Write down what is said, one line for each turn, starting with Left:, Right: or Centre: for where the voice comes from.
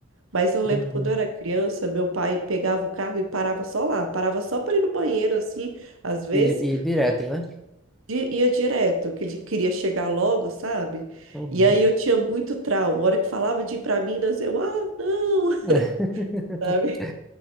Right: Mas eu lembro
Centre: Uhum.
Right: quando eu era criança, meu pai pegava o carro e parava só lá, parava só para ir no banheiro, assim, às vezes,
Centre: E, e direto, né?
Right: e ia direto, que ele queria chegar logo, sabe?
Centre: Uhum.
Right: E aí eu tinha muito trauma. A hora que falava de ir para Minas, eu, ah, não,
Centre: <laughs>
Right: <laughs> sabe?